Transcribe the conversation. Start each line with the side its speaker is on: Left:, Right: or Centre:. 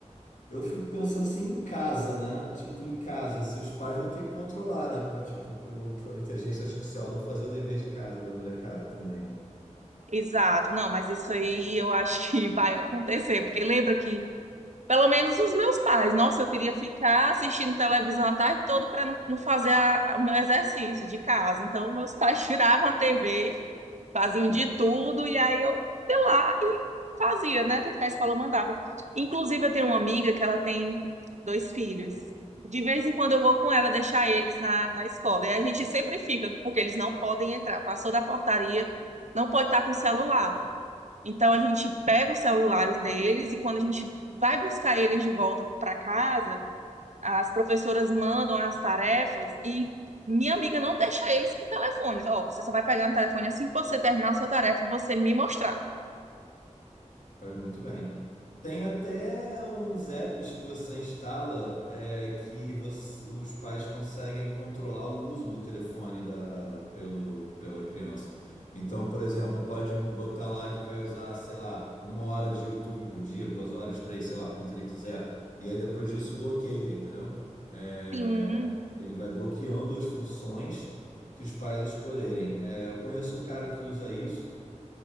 Left: eu fico pensando assim em casa, né? Tipo, em casa, se os pais vão ter que controlar, né? Para tipo, pro, pro inteligência artificial não fazer o dever de casa da molecada também, né?
Right: Exato, não, mas isso aí eu acho que vai acontecer, porque lembra que, pelo menos os meus pais, nossa, eu queria ficar assistindo televisão a tarde toda para não, não fazer a- o meu exercício de casa. Então, meus pais <laughs> tiravam a TV, faziam de tudo, e aí eu ia lá e fazia, né? Tudo que a escola mandava. Inclusive, eu tenho uma amiga que ela tem dois filhos. De vez em quando eu vou com ela deixar eles na, na escola. E a gente sempre fica, porque eles não podem entrar. Passou da portaria, não pode estar com o celular. Então a gente pega os celulares deles e quando a gente vai buscar eles de volta para casa, as professoras mandam as tarefas e minha amiga não deixa eles com telefones. Ó, você só vai pegar no telefone assim que você terminar a sua tarefa e você me mostrar.
Left: Faz muito bem. Tem até uns apps que você instala é, que você- os pais conseguem controlar o uso do telefone da, pelo, pela criança. Então, por exemplo, pode botar lá que vai usar, sei lá, uma hora de YouTube por dia, duas horas, três, sei lá, quanto ele quiser. E aí depois disso bloqueia, entendeu? É,
Right: Sim,
Left: ele vai bloqueando as funções que os pais escolherem. É, eu conheço um cara que usa isso.